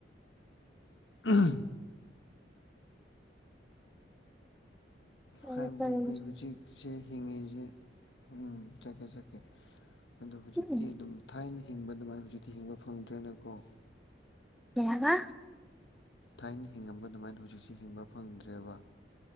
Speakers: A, on the left (about 75°); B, in the centre.
A: ꯎꯝ
B: ꯐꯔꯦ
A: ꯍꯥꯏꯕꯗꯤ
B: ꯐꯔꯦ
A: ꯑꯩꯈꯣꯏ ꯍꯧꯖꯤꯛꯁꯦ ꯍꯤꯡꯉꯤꯁꯦ ꯎ ꯦꯦ ꯑꯗꯨ ꯍꯧꯖꯤꯛꯇꯤ
B: ꯎꯝ
A: ꯑꯗꯨꯝ ꯊꯥꯏꯅ ꯍꯤꯡꯕ ꯑꯗꯨꯃꯥꯏꯅ ꯍꯧꯖꯤꯛꯇꯤ ꯍꯤꯡꯕ ꯐꯪꯗ꯭ꯔꯦꯅꯀꯣ
B: ꯌꯥꯒ
A: ꯊꯥꯏꯅ ꯍꯤꯡꯉꯝꯕ ꯑꯗꯨꯃꯥꯏꯅ ꯍꯧꯖꯤꯛꯁꯦ ꯍꯤꯡꯕ ꯐꯪꯗ꯭ꯔꯦꯕ